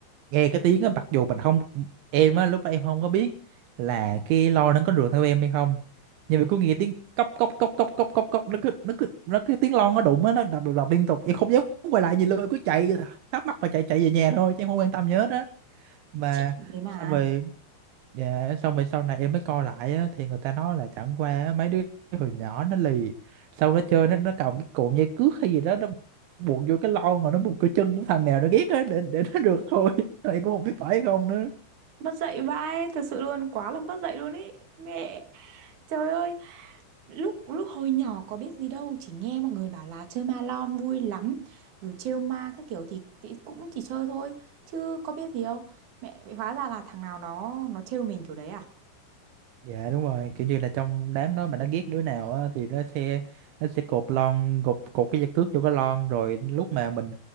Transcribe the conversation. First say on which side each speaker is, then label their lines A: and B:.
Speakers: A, on the right; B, on the right.
A: nghe cái tiếng á mặc dù mình không em á lúc đó em không có biết là cái lo nó có rượt theo em hay không nhưng mà cứ nghe tiếng cốc cốc cốc cốc cốc cốc cốc nó cứ nó cứ nó cứ tiếng lon nó đụng á nó đập đập đập liên tục em không dám quay lại gì luôn em cứ chạy thắc mắc và chạy chạy về nhà thôi chứ em không quan tâm gì hết á mà
B: chị cũng thế mà
A: xong rồi Dạ, xong rồi sau này em mới coi lại á, thì người ta nói là chẳng qua á, mấy đứa hồi nhỏ nó lì xong nó chơi nó nó cầm cái cụm dây cước hay gì đó nó buộc vô cái lon rồi nó buộc cái chân của thằng nào nó ghét á để, để nó được thôi <laughs> em cũng không biết phải không nữa
B: mất dạy vãi thật sự luôn quá là mất dạy luôn ý mẹ trời ơi lúc lúc hồi nhỏ có biết gì đâu chỉ nghe mọi người bảo là chơi ma lon vui lắm rồi trêu ma các kiểu thì, thì cũng chỉ chơi thôi chứ có biết gì đâu mẹ mẹ hóa ra là thằng nào nó nó trêu mình kiểu đấy à
A: dạ đúng rồi kiểu như là trong đám đó mà nó ghét đứa nào á, thì nó sẽ nó sẽ cột lon cột cột cái dây cước vô cái lon rồi lúc mà mình